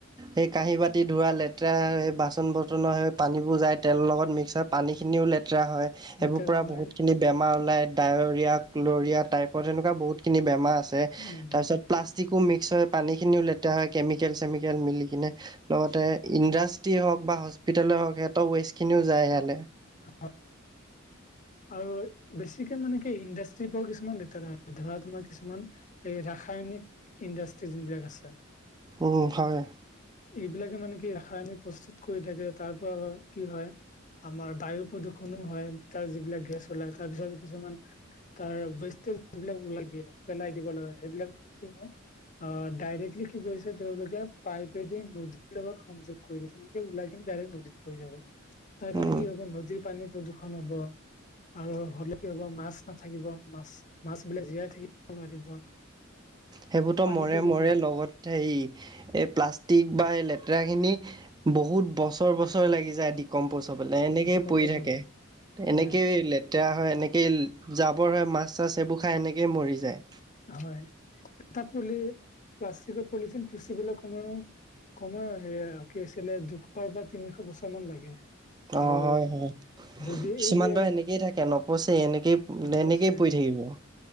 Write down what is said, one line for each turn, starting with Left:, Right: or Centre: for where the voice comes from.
Right: সেই কাঁহী বাতি ধুৱা লেতেৰা সেই বাচন বৰ্তনৰ সেই পানীবোৰ যায় তেলৰ লগত মিক্স হয় পানী খিনিও লেতেৰা হয়
Left: লেতেৰা
Right: এইবোৰ পৰা
Left: হয়
Right: বহুতখিনি বেমাৰ ওলায় ডায়ৰিয়া ক্ল'ৰিয়া টাইপত সেনেকোৱা বহুতখিনি বেমাৰ আছে
Left: বেমাৰ
Right: তাৰপিছত
Left: হয়।
Right: প্লাছ পাষ্টিকো মিক্স হয় পানীখিনিও লেতেৰা হয় কেমিকেল চেমিকেল মিলিকেনে লগতে ইণ্ডাষ্ট্ৰি হওক বা হস্পিতেলে হওক সিহঁতৰ ৱেষ্টখিনিও যায় ইয়ালে
Left: অ আৰু বেছিকে মানে কি ইণ্ডাষ্ট্ৰি পৰাও কিছুমান লেতেৰা আহে ধৰা তোমাৰ কিছুমান এই ৰাসায়নিক ইণ্ডাষ্ট্ৰি যোনবিলাক আছে
Right: অ ভাৱে
Left: এইবিলাকে মানে কি ৰাসায়নিক প্ৰস্তুত কৰি থাকে তাৰ পৰা কি হয় আমাৰ বায়ু প্ৰদূষণো হয় তাৰ যিবিলাক গেছ ওলায় তাৰপিছত কিছুমান তাৰ বেষ্টে যিবিলাক লাগি আহে পেলাই দিব লগা হয় সেইবিলাক কি হয় অ ডাইৰেক্টলি কি কৰিছে তেওঁলোকে পাইপেদি নদীৰ লগত সংযোগ কৰি দিছে এনেকে ওলাই কিনি ডাইৰেক্ট নদীত পৰি যাব তাৰ
Right: উম
Left: কাৰণে কি হব নদীৰ পানী প্ৰদূষণ হব আৰু হলে কি হ'ব মাছ নাথাকিব মাছ মাছবিলাক জীয়াই থাকিব নোৱাৰিব
Right: সেইবোৰতো
Left: পানী
Right: মৰে
Left: প্ৰদূষণ
Right: মৰে লগত সেই এই প্লাষ্টিক বা এই লেতেৰাখিনি বহুত বছৰ বছৰ লাগি যায় আদি কম পইছা পালে এনেকেই
Left: ডিকম্পজ
Right: পৰি থাকে
Left: হব
Right: এনেকে
Left: হয়
Right: লে তেৰা হয় এনেকৈ জাবৰ হয় মাছ চাছ এইবোৰ খাই এনেকেই মৰি যায়
Left: হয় তাত পলি প্লাষ্টিক পলিথিন বেছি বিলাক সময়ৰ কমেও সেয়া কি আছিলে দুশ বা তিনিশ বছৰ মান লাগে
Right: অ
Left: আৰু
Right: হয় হয়
Left: যদি
Right: কিছুমান
Left: এই যে
Right: তই এনেকেই থাকে নপচেই এনেকেই
Left: নপচে
Right: এনেকেই পৰি থাকিব